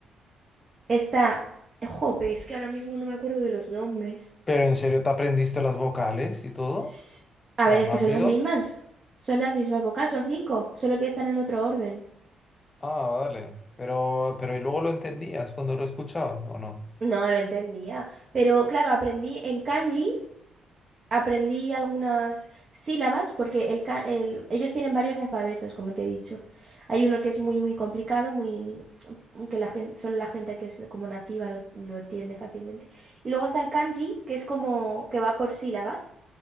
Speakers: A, on the right; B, on the left.
A: Está... Jope, es que ahora mismo no me acuerdo de los nombres.
B: ¿Pero en serio te aprendiste las vocales y todo?
A: S- A
B: ¿Tan
A: ver, es
B: rápido?
A: que son las mismas. Son las mismas vocales, son cinco, solo que están en otro orden.
B: Ah, vale. Pero, pero ¿y luego lo entendías cuando lo escuchabas o no?
A: No, lo entendía. Pero claro, aprendí en kanji Aprendí algunas sílabas porque el, ca- el- ellos tienen varios alfabetos, como te he dicho. Hay uno que es muy, muy complicado, muy, que la gente, solo la gente que es como nativa lo, lo entiende fácilmente. Y luego está el kanji, que es como que va por sílabas.